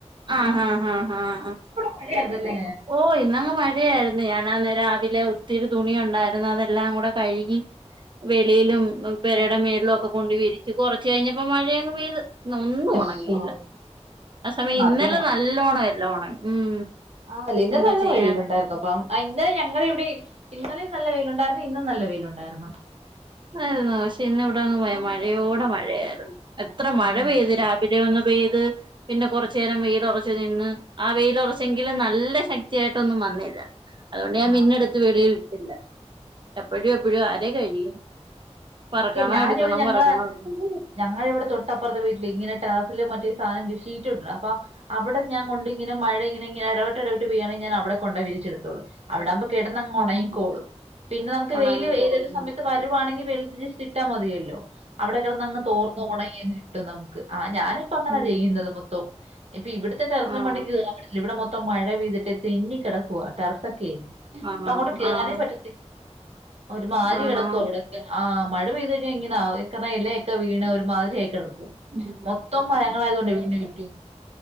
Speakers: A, on the right (about 45°); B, on the right (about 65°).
A: ആഹ് ആഹ് ആഹ് ആഹ് ആ
B: മഴയായിരുന്നല്ലേ
A: ഓ ഇന്നങ്ങ് മഴയായിരുന്നു ഞൻ ാന്ന രാവിലെ ഒത്തിരി തുണിയ ഉണ്ടായിരുന്നു അതെല്ലാം കൂടെ കഴുകി വെളിയിലും പെരയുടെ
B: ആഹാ
A: മേളൊക്കെ കൊണ്ട് വിരിച്ച് കുറച്ച് കഴിഞ്ഞപ്പോ മഴയ അങ്ങ് പെയ്തു ഇ ഒന്നും
B: അശ്ശോ
A: ഉണങ്ങിയില്ല ആ സമയം ഇന്നലെ
B: അത്
A: നല്ലോണം എല്ല ഉണങ്ങി ഉം
B: ആ അല്ലേ ഇന്നലെ
A: എന്തോ
B: നല്ല
A: ചെയ്യാന
B: വെഴിൽ ഉണ്ടായിരുന്നു അപ്പൊ ഇന്നെ ഞങ്ങ ഇവിടെ ഇന്നലിൽ നല്ല വെയിയിലുണ്ടായിരുന്നു ഇന്നും നല്ല വെയിലുണ്ടായിരുന്നു
A: ആരുന്നു പക്ഷെ ഇന്ന ഇവിടെങ്ങും പോ
B: ആഹ്
A: മഴയോടെ മഴയായിരുന്നു എത്ര മഴ
B: ആണല്ലേ
A: പെയ്ത് രാവിലെ ഒന്ന് പെയ്ത് പിന്നെ കൊറച്ചു നേരം വെയ്ല്ഉറച്ച്ു നിന്ന് ആ വെയിയില ഉറച്ചെങ്കിലും നല്ല ശക്തിയായിട്ടൊന്നും വന്നേരാ അതുകൊണ്ട് ഞാൻ
B: ആണോ
A: മിന്നെടുത്ത് വെളിയിൽ ഇട്ടില്ല എപ്പോഴും എപ്പഴും ആതേ കഴിയും പറക്കണം
B: ഞാന
A: എടുക്കണം
B: ഇവിടെ ഞങ്ങളെ
A: പറക്കണം എടുക്കണം
B: ഞങ്ങളിവിടെ തൊട്ടപ്പുറത്തെ വീട്ടിൽ ഇങ്ങനെട്ട മറ്റ സാധംഷീറ്റ്ുണ്ട് അപ്പ അവിടെഞാൻ കൊണ്ട ഇങ്ങനെ മഴ ഇങ്ങനെ ഇടവിട്ട് ഇടവിട്ട് പോയാണെങ്കഞാ അവിടെ കൊണ്ടേ വിരിച്ചെടുത്തോളൂ അവിടകുമ്പോ കിടന്നങ്
A: ആഹ്
B: ഉണങ്ങിക്കോളും പിന്നെ നമുക്ക്
A: ഉണങ്ങിക്കോളും
B: വെയിൽ ഏതേലും സയത്ത് വരുവാണെങ്കിൽ വെ ജസ് ഇട്ടാ മതിയല്ലോ അവിടെ കടന്ന്ങ്ങ് തോർന്ന ഉണങ്ങി കിട്ടും നമുക്ക് അ ഞാനിപ്പ അങ്ങനെ
A: ഉം
B: ചെയ്യുന്നത് മൊത്തം ഇപ്പൊ ഇവിടത്തെ ടെറസ്സിൻ്റെ
A: ആഹ്
B: മണ്ടക്ക് കേറാൻ പറ്റത്തില്ല ഇവിടെ മൊത്തം മം മഴ പെയ്തിട്ട് തെന്നി കിടക്കുക ടെറസ ഒക്കെ
A: ആഹ്
B: അപ്പൊ അങ്ങോട്ട് കേയറാനേ
A: ആഹ്
B: പറ്റ ഒരു മാരി
A: ആണോ
B: കിടക്കോ അവിടെ ആ മഴ പെയ്ത എങ്ങനെ ഇലയൊക്കെ വീണ ഒരു മാതിരി ആയി കിടക്
A: ഉം
B: മൊത്തം മരങ്ങളായതൊണ്ട് വീടിന് ചുറ്റും